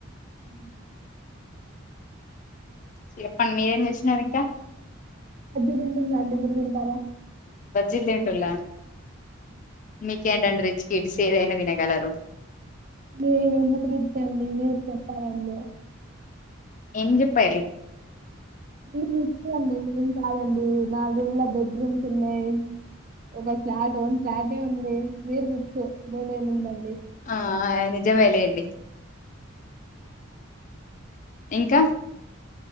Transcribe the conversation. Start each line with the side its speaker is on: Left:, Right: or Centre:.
Right: అ
Left: చెప్పండి మీరేం చూసిన ఇంకా
Right: అద్ దం దిం అం మరు దిన్ తారా
Left: బజ్జిల్ ఉంటలా మీ రిచ్ కడ్ స ఏదైనా దినకాలర
Right: నేనుందుకుటి ఇచ్చా న మీరు చెప్పాలన్న
Left: ఎజి పలి
Right: మీరు ఇస్త అండి మేం కాదండి నా రూమ్ లో బెడ్ రూమ్స్ ఉన్నాయి్ ఒక ఫ్లాట్ వఓన్ ఫ్లాటే ఉంది మీరు రిచ్ మెన్మి ఉందండి
Left: ఆ నిజమేలే ఏంంటి ఇంకా